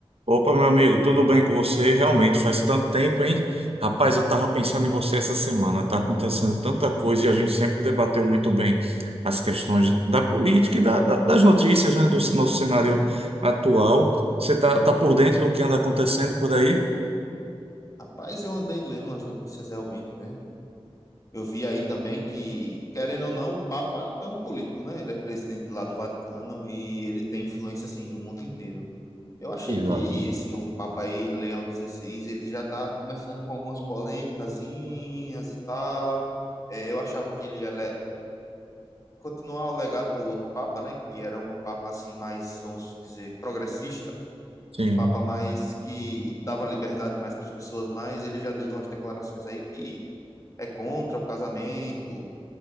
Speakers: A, on the right; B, on the left.
A: Opa, meu amigo, tudo bem com você? Realmente faz tanto tempo, hein? Rapaz, eu tava pensando em você essa semana. Tá acontecendo tanta coisa e a gente sempre debateu muito bem as questões da política e da- da- das notícias, né, do nosso cenário atual. Você tá, tá por dentro do que anda acontecendo por aí?
B: Rapaz, eu andei lendo umas notícias realmente, né? Eu vi aí também que, querendo ou não, o Papa é um político, né? Ele é presidente lá do Vaticano e ele tem influência, assim, no mundo inteiro. Eu achei
A: Exato.
B: que esse novo Papa aí, Leão XVI, ele já tá começando com algumas polêmicazinhas e tal. É, eu achava que ele ia, continuar o legado do outro Papa, né, que era um Papa assim mais, vamos dizer, progressista,
A: Sim.
B: um Papa mais que dava liberdade mais para as pessoas, mas ele já deu umas declarações aí que é contra o casamento